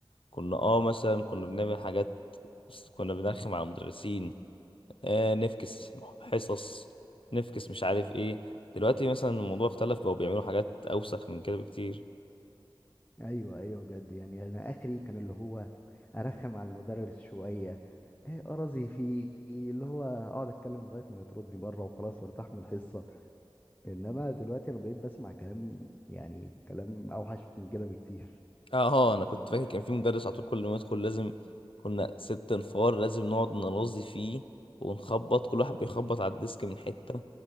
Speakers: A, on the left (about 75°); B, on the left (about 20°).
A: كنا اه مثلا كنا بنعمل حاجات بس كنا بنرخم على المدرسين آه نفكس حصص نفكس مش عارف ايه دلوقتي مثلا الموضوع اختلف بقوا بيعملوا حاجات اوسخ من كده بكتير
B: ايوه ايوه بجد يعني انا اخري كان اللي هو ارخم على المدرس شوية ايه ارازي فيه اللي هو اقعد اتكلم لغاية ما يطردني بره وخلاص وارتاح من الحصة انما دلوقتي انا بقيت بسمع كلام يعني كلام اوحش من كده بكتير
A: اه هو انا كنت فاكر كان في مدرس على طول كل ما يدخل لازم كنا ست انفار لازم نقعد نرازي فيه ونخبط كل واحد بيخبط على الديسك من حتة